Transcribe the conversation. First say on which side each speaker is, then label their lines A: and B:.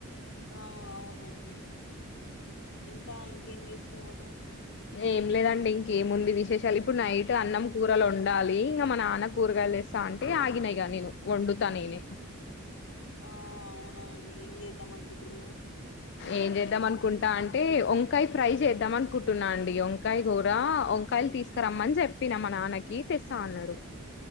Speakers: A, on the left (about 80°); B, on the left (about 50°).
A: ఆ అవునండి ఇంకా ఇంకేం చేస్తున్నరు.
B: ఏం లేదండి. ఇంకేముంది విశేషాలు ఇప్పుడు నైట్ అన్నం కూరలు ఒండాలి. ఇంగా మా నాన్న కూరగాయలు తెస్తా అంటే ఆగినా యిగా నేను వండుతా నేనే.
A: ఆ అవునా అండి ఏం చేద్దాం అనుకుంట్రూ.
B: ఏం చేద్దాం అనుకుంటా అంటే ఒంకాయ ఫ్రై చేద్దాం అనుకుంటున్నా అండి. ఒంకాయ కూర ఒంకాయలు తీసుకురమ్మని చెప్పినా మా నాన్నకి తెస్తా అన్నడు.